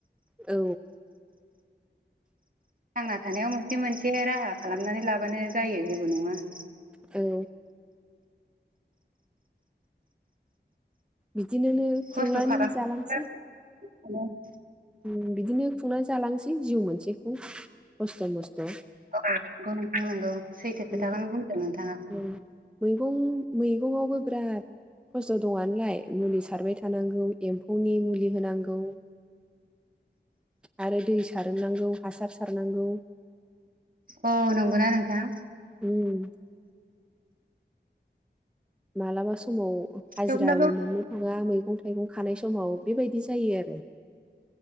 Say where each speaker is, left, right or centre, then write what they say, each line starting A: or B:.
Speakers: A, in the centre; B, on the right.
A: औ।
B: थांना थानायाव मोनसे मोनसे राहा खालामनानै लाबानो जायो जेबो नङा।
A: औ। बिदिनोनो
B: खस्थ'
A: खुंनानै
B: खालामनानै
A: जालांनोसै।
B: <unintelligible>
A: ओम बिदिनो खुंनानै जालांसै जिउ मोनसेखौ खस्थ' मस्थ'।
B: औ नंगौ नोंथां नोंगौ, सैथो
A: उम
B: खोथाखौनो बुंदों नोंथाङा।
A: उम मैगं मैगंआवबो बिराद खस्थ' दङ आनालाय मुलि सारबाय थानांगौ एम्फौनि मुलि होनांगौ आरो दै सारनांगौ, हासार सारनांगौ।
B: अह नंगौना नोंथां?
A: उम मालाबा समाव हाजिराबो
B: थेवब्लाबो
A: मोननो थाङा मैगं थाइगं खानाय समाव बेबायदि जायो आरो।